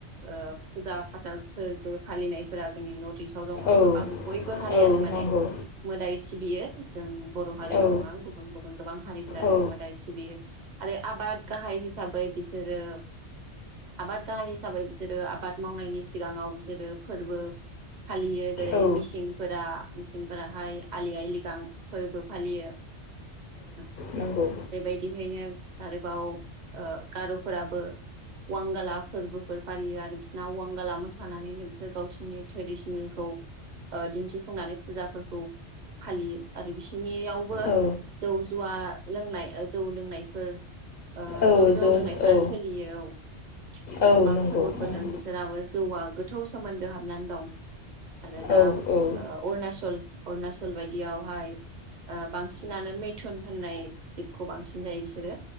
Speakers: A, on the right (about 45°); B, on the left (about 60°).
A: ओ फुजा फाथालफोरबो फालिनायफोरा जोंनि नर्थ इस्ट। आव दङ
B: औ
A: गोबां बयबो हारियानो
B: औ
A: माने
B: नंगौ
A: मोदाय सिबियो। जों। बर' हारि
B: औ
A: ल' नङा गुबु गुबुन गुबुन गोबां हारिफोरानो
B: औ
A: मोदाय सिबियो आरो आबाद गाहाय हिसाबै बिस बिसोरो आबाद गाहाय हिसाबै बिसोरो आबाद मावनायनि सिगाङाव बिसोरो फोरबो। फालियो जेरै
B: औ
A: मिसिंफोरा मिसिंफोराहाय आलि आय लिगां। फोरबो फालियो। औ
B: नंगौ
A: बेबायदिहैनो। आरोबाव ओ गार'फोराबो वांगाला फोरबोफोर फालियो आरो बिस़रना वांगाला मोसानानैनो बिसोर गावसिनि ओ ट्रेडिसनेलखौ दिन्थिफुंनानै फुजाफोरखौ फालियो आरो बिसनियावबो।
B: औ
A: जौ जुवा लोंनाय जौ लोंनायफोर ओ
B: औ
A: द जौ
B: ज'
A: लोंनायफोरा
B: औ
A: सोलियो औ
B: औ
A: गोबां
B: नंगौ
A: फोरबोफोरजों
B: ओम
A: बिसोराबो जौवा गोथौ सोमोन्दो हाबनानै दं। आरो दा
B: औ औ
A: ओ अरुणाचल अरुणाचल बायदियावहाय ओ बां सिनानो मेथुन होननाय जिबखौ बांसिन जायो बिसोरो।